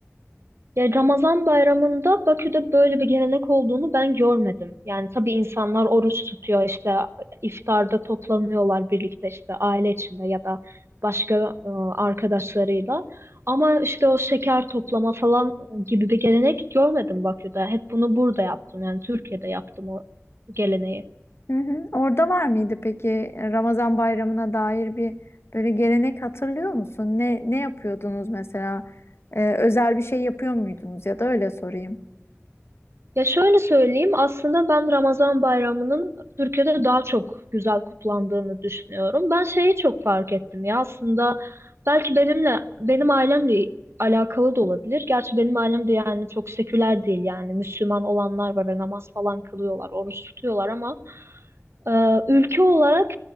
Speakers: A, on the right; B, on the left.
A: Ya Ramazan bayramında Bakü'de böyle bir gelenek olduğunu ben görmedim. Yani tabii insanlar oruç tutuyor işte iftarda toplanıyorlar birlikte işte aile içinde ya da başka e, arkadaşlarıyla. Ama işte o şeker toplama falan gibi bir gelenek görmedim Bakü'de. Hep bunu burada yaptım yani Türkiye'de yaptım o geleneği.
B: Hı hı. Orada var mıydı peki Ramazan bayramına dair bir böyle gelenek hatırlıyor musun? Ne ne yapıyordunuz mesela? Ee, özel bir şey yapıyor muydunuz ya da öyle sorayım.
A: Ya şöyle söyleyeyim, aslında ben Ramazan bayramının Türkiye'de daha çok güzel kutlandığını düşünüyorum. Ben şeyi çok fark ettim ya aslında belki benimle benim ailemle alakalı da olabilir. Gerçi benim ailem de yani çok seküler değil yani Müslüman olanlar var ve namaz falan kılıyorlar, oruç tutuyorlar ama ee, ülke olarak